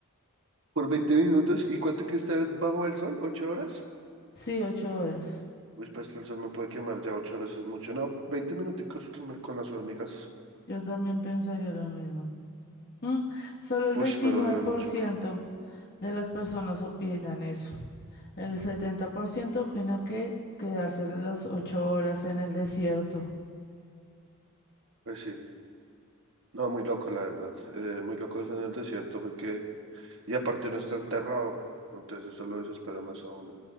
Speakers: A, on the right; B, on the left.
A: Por veinte minutos, ¿y cuánto hay que estar bajo el sol? ocho horas?
B: Sí, ocho horas.
A: pues pues que el sol me puede quemar ya ocho horas, es mucho. No, 20 minuticos que me- con las hormigas.
B: Yo también pensaría lo mismo. Mm, solo el
A: Uy,
B: veintinueve
A: pero duele
B: por
A: mucho.
B: ciento de las personas opinan eso. El 70% opina que quedarse las ocho horas en el desierto.
A: Pues sí. No, muy loco, la verdad. Eh, muy locos en el desierto porque Y aparte uno está enterrado, entonces eso lo desespera más a uno.